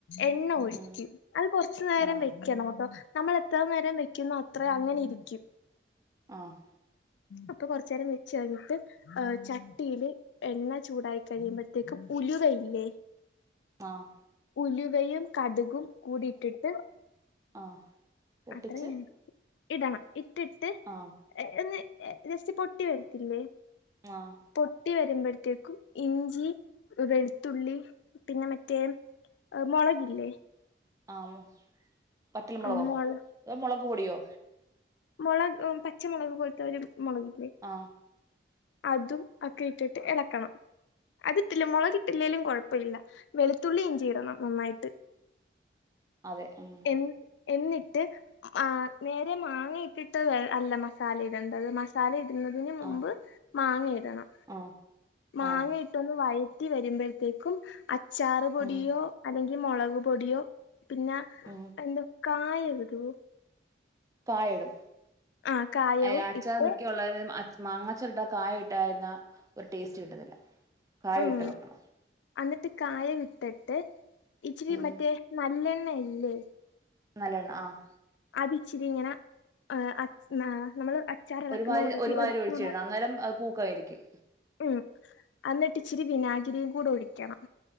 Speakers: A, on the left (about 85°); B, on the right (about 20°).
A: എണ്ണ ഒഴിക്കും
B: ഉം
A: അത് കൊറച്ചു നേരം
B: ആ
A: വെക്കണോട്ടോ നമ്മൾ എത്ര നേരം വെക്കുന്നോ അത്ര അങ്ങനെ ഇരിക്കും
B: ആഹ്
A: അപ്പൊ കൊറച്ച് നേരം വെച്ച് കഴിഞ്ഞിട്ട് ചട്ടീല് എണ്ണ ചൂടായി കഴിയുമ്പഴ്ത്തേക്കും ഉലുവയില്ലേ
B: ആഹ്
A: ഉലുവയും കടുകും കൂടിട്ടിട്ട്
B: ആ പൊട്ടിച്ച്
A: അത്രയും ഇടണം ഇട്ടിട്ട്
B: ആഹ്
A: എന്ന് ജസ്റ്റ് പൊട്ടി വരത്തില്ലേ
B: ആഹ്
A: പൊട്ടി വെ വെരുമ്പഴ്ത്തേക്കും ഇഞ്ചി വെളുത്തുള്ളി പിന്നെ മറ്റേ ഏ മുളകില്ലേ
B: ആം വറ്റൽ മുളകോ
A: ആ മുള
B: അതോഹ് മൊള കൂടിയോ
A: മുളക് ഉം പച്ചമുളക് പോലത്തെ ഒരു മുളക്
B: ആഹ്
A: അതും ഒക്കെ ഇട്ടിട്ട് എളക്കണം അതിട്ടില്ല മുളകിട്ടില്ലെലും കൊഴപ്പില്ല വെളുത്തുള്ളീം ഇഞ്ചിം ഇടണം നന്നായിട്ട്
B: അതെ ഉം
A: എ എന്നിട്ട് ആ നേരെ മാങ്ങ ഇട്ടിട്ട് അല്ല മസാല ഇടണ്ടത് മസാല ഇട്ട് ന്നതിന് മുമ്പ്
B: ആഹ്
A: മാങ്ങ ഇടണം
B: ആഹ്
A: മാങ്ങയിട്ടൊന്ന്
B: ആഹ്
A: വഴ റ്റി വരുമ്പഴ്ത്തേക്കും അ ച്ചാറ്പൊടിയോ
B: ഉം
A: അല്ലെങ്കി ഈ മുളക് പൊടിയോ പിന്ന
B: ഉം
A: എന്ത്‌ കായമിടൊ
B: കായ ഇടും
A: ആ കായവും
B: ഏഹ് അച്ചാർ
A: ഇട്ട്
B: മിക്കള്ളേനും അച് മാങ്ങച്ചാറിട്ടാ കായ ഇട്ടായിരുന്ന ഒരു ടേസ്റ്റ് കിട്ടത്തില്ല കായം
A: ഉം
B: ഇട്ട് വെക്കണം
A: എന്നിട്ട് കായം ഇട്ടിട്ട് ഇച്ചിരി
B: ഉം
A: മറ്റേ നല്ലണ്ണ നെല്ല്
B: നല്ലണ്ണ ആഹ്
A: അത് ഇച്ചിരി ഇങ്ങന ആഹ് നമ്മള് ചാറളക്കുന്ന
B: ഒരുമാതിരി
A: കൂട്ടത്തിൽ
B: ഒരുമാതിരി ഒഴിച്ചിടണം
A: ഉ
B: അന്നേരം അത് പൂക്കായിരിക്കും
A: ഉം അന്നിട്ട് ഇച്ചിരി വിനാകി ഇച്ചിരിയും കൂടെ ഒഴിക്കണം